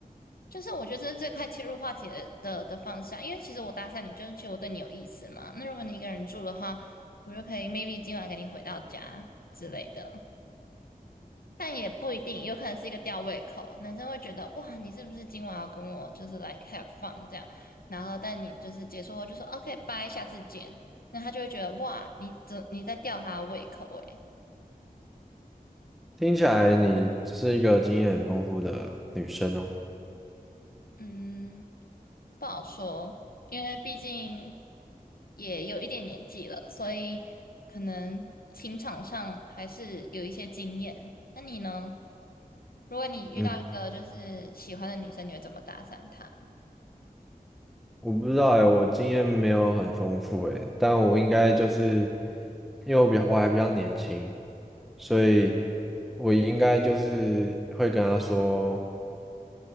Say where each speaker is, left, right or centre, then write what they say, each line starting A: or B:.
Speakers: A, on the left; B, in the centre.
A: 就是我觉得这是最快切入话题的的的方向，因为其实我搭讪你，就是其实我对你有意思嘛。那如果你一个人住的话，我就可以 maybe 今晚跟你回到家之类的，但也不一定，有可能是一个吊胃口。男生会觉得哇，你是不是今晚要跟我就是 l i k have fun 这样？然后但你就是结束后就说 OK bye，下次见，那他就会觉得哇，你这你在吊他的胃口诶、欸
B: 听起来你是一个经验很丰富的女生哦。
A: 嗯，不好说，因为毕竟也有一点年纪了，所以可能情场上还是有一些经验。那你呢？如果你遇到一个就是喜欢的女生，
B: 嗯，
A: 你会怎么搭讪她？
B: 我不知道哎，我经验没有很丰富哎，但我应该就是因为我比较我还比较年轻，所以我应该就是会跟她说，